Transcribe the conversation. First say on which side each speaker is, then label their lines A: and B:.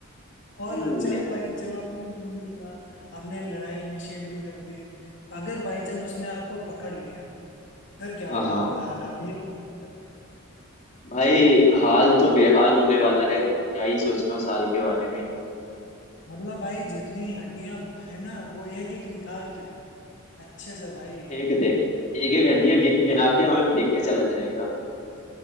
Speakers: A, on the left (about 60°); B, on the left (about 35°).
A: और
B: हम्म,
A: चलो
B: या-
A: भाई
B: या-
A: चलो आपने ढूंढ भी लिया आपने लड़ाई इनिशिएट भी कर दी अगर बाई चांस उसने आपको पकड़ लिया फिर क्या
B: हाँ
A: होगा
B: हाँ
A: आपका हाल आप ये सोचते हैं।
B: भाई हाल तो बेहाल होने वाला है तो क्या ही सोचना उस हाल के बारे में
A: मतलब भाई जितनी हड्डियां है ना वो एक एक निकाल के अच्छे से भाई
B: फेंक दे एक एक घड़िया गिन गिना के हमें फेंक के चला जाएगा